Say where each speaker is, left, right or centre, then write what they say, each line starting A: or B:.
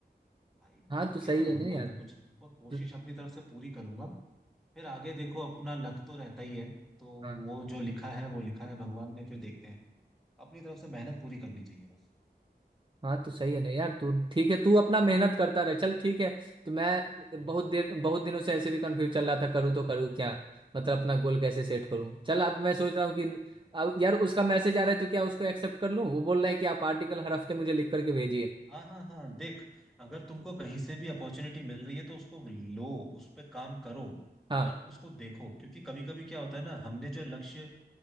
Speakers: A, in the centre; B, on the right (about 30°).
A: भाई
B: हाँ
A: बन
B: तो सही
A: के तो रहूंगा
B: है ना यार
A: मैं कुछ ब- कोशिश
B: तो,
A: अपनी तरफ से पूरी करूंगा फिर आगे देखो अपना लक तो रहता ही है तो
B: हाँ।
A: वो जो लिखा है वो लिखा है भगवान ने फिर देखते हैं अपनी तरफ से मेहनत पूरी करनी चाहिए बस
B: हाँ तो सही है ना यार तू ठीक है तू अपना मेहनत करता रहे चल ठीक है तो मैं
A: हम्म,
B: बहुत देर बहुत दिनों से ऐसे भी कंफ्यूज चल रहा था करूँ तो करूँ क्या मतलब अपना गोल कैसे
A: हाँ
B: सेट करूँ चल अब मैं सोच रहा हूँ कि
A: हाँ
B: अब यार उसका मैसेज आ रहा है तो क्या उसको एक्सेप्ट कर लूँ वो बोल रहा है कि आप आर्टिकल हर हफ्ते मुझे लिख करके भेजिए
A: हाँ हाँ हाँ देख अगर तुमको कहीं से भी अपॉर्चुनिटी मिल रही है तो उसको लो उस पे काम करो
B: हाँ
A: और उसको देखो क्योंकि कभी कभी क्या होता है ना हमने जो लक्ष्य अ,